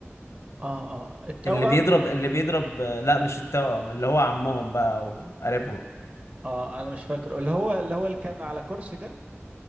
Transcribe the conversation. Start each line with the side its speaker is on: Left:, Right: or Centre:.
Right: اه اه التوأم
Left: اللي بيضرب اللي بيضرب لا مش التوأم اللي هو عمهم بقى او قريبهم
Right: اه انا مش فاكره اللي هو اللي هو اللي كان على كرسي ده